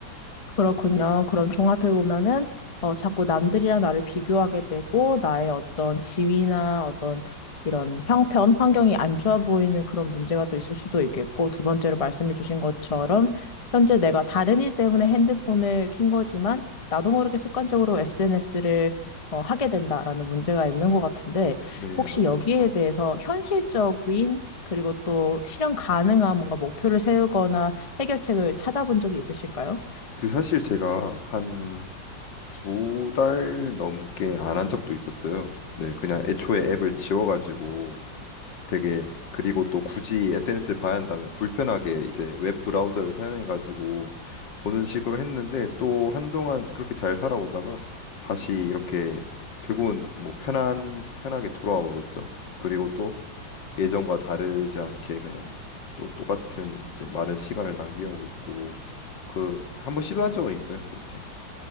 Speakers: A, on the left; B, on the left.
A: 그렇군요. 그럼 종합해 보면은 어 자꾸 남들이랑 나를 비교하게 되고 나의 어떤 지위나 어떤 이런 형편, 환경이 안 좋아 보이는 그런 문제가 또 있을 수도 있겠고 두 번째로 말씀해 주신 것처럼 현재 내가 다른 일 때문에 핸드폰을 킨 거지만 나도 모르게 습관적으로 SNS를 어, 하게 된다라는 문제가 있는 것 같은데
B: 네,
A: 혹시
B: 맞습니다.
A: 여기에 대해서 현실적인 그리고 또 실현 가능한 뭔가 목표를 세우거나 해결책을 찾아본 적이 있으실까요?
B: 그 사실 제가 한 두 달 넘게 안 한 적도 있었어요. 네, 그냥 애초에 앱을 지워가지고 되게 그리고 또 굳이 SNS를 봐야 한다면 불편하게 이제 웹 브라우저를 사용해가지고 보는 식으로 했는데 또 한동안 그렇게 잘 살아오다가 다시 이렇게 결국은 뭐 편한 편하게 돌아와 버렸죠. 그리고 예전과 다르지 않게 그냥 또 똑같은 이제 많은 시간을 낭비하고 있고 그 한번 시도한 적은 있어요. 그렇게.